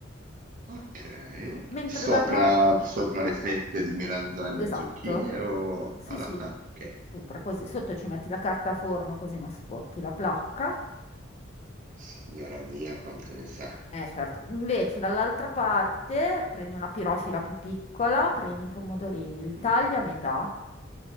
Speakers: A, on the right; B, on the left.
A: ok.
B: Mentre
A: Sopra,
B: dall'altro...
A: sopra le fette di melanzane
B: Esatto,
A: e zucchine o
B: sì
A: alla...
B: sì,
A: Ah, ok.
B: sopra così, sotto ci metti la carta forno così non sporchi la placca.
A: Signora mia, quante ne sa.
B: Eh certo, invece dall'altra parte prendi una pirofila più piccola, prendi i pomodorini, li
A: Mm,
B: tagli a metà